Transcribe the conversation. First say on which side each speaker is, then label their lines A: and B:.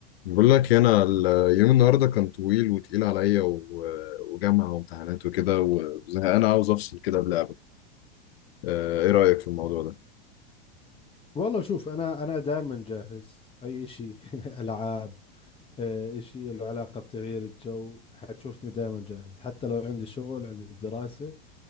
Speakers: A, on the left; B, on the left.
A: بقول لك إيه، انا اليوم النهارده كان طويل وتقيل عليا و- وجامعه وامتحانات وكده وزهقان عاوز افصل كده بلعبه آه، ايه رايك في الموضوع ده
B: والله شوف انا انا دائما جاهز اي شيء <laughs> العاب آه، شيء له علاقه بتغيير الجو حتشوفني دائما جاهز حتى لو عندي شغل عندي دراسه